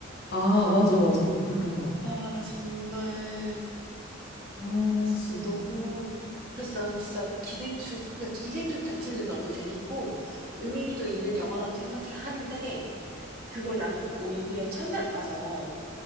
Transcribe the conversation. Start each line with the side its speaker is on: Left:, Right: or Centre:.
Left: 아, 맞아, 맞아. 그랬던 것 같아.
Right: 아, 정말.
Left: 아,
Right: 진짜
Left: 진
Right: 너무 그래서 나는 진짜 기생충 그러니까 기생충 자체는 너무 재밌고 의미도 있는 영화라고 생각해 하는데 그걸 나는 오히려 첫날 봐서